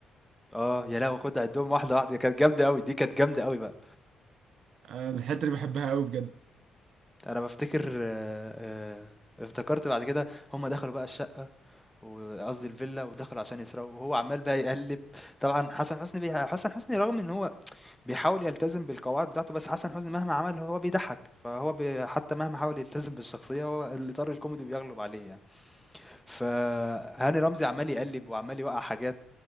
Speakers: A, in the centre; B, on the right (about 65°).
A: اه يا لهوي خد عدهم واحده واحده دي كانت جامده قوي دي كانت جامده قوي بقى
B: أنا الحته دي بحبها قوي بجد
A: انا بفتكر آه، آه، افتكرت بعد كده هم دخلوا بقى الشقه وقصدي الفيلا ودخلوا عشان يسرقوا وهو عمال بقى يقلب طبعا حسن حسني بي... حسن حسني رغم ان هو بيحاول يلتزم بالقواعد بتاعته بس حسن حسني مهما عمل هو بيضحك فهو بي... حتى مهما حاول يلتزم بالشخصيه هو الاطار الكوميدي بيغلب عليه يعني فهاني رمزي عمال يقلب وعمال يوقع حاجات